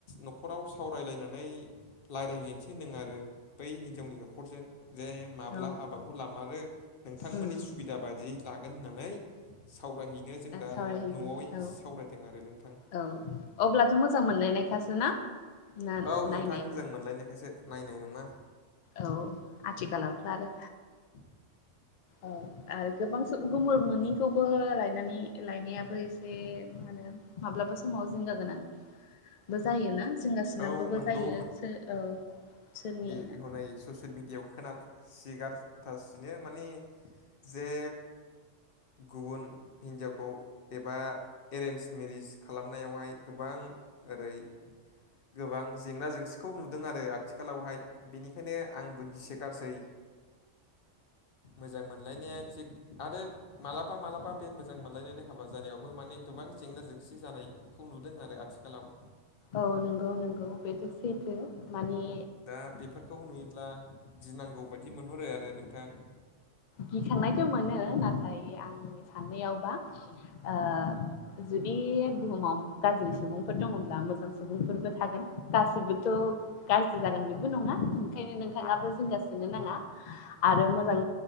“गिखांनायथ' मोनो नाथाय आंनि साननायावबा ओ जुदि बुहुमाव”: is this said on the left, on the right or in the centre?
Left